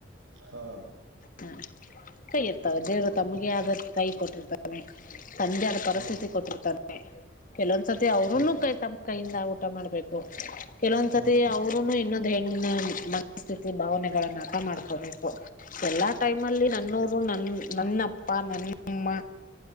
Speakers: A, on the right; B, on the left.
A: ಹಾ
B: ಹ ಕೈ ಇರ್ತಾವ ದೇವರು
A: ಹೌದೇನ್ರಿ
B: ತಮ್ಗೆ ಆದ ಕೈ ಕೊಟ್ಟಿರ್ತಾರೆ ತಂದಾದ ಪರಿಸ್ಥಿತಿ
A: ಹ್ಮ್
B: ಕೊಟ್ಟಿರ್ತವೆ ಕೆಲವೊಂದ್ಸತಿ ಅವ್ರೂನು
A: ಹ್ಮ್
B: ಕೈ ತಮ್ಮ ಕೈಯಿಂದ ಊಟ ಮಾಡ್ಬೇಕು ಕೆಲವೊಂದ್ಸತಿ
A: ಹ್ಮ್
B: ಅವರುೂನು ಇನ್ನೊಂದು ಹೆಣ್ಣಿನ ಮನಸ್ಥಿತಿ ಭಾವನೆಗಳನ್ನ ಆಟ ಮಾಡ್ಕೋಬೇಕು ಟೈಮಲ್ಲಿ ನನ್ನವರು ನನ್ನ ನನ್ನಪ್ಪ ನನ್ನಮ್ಮ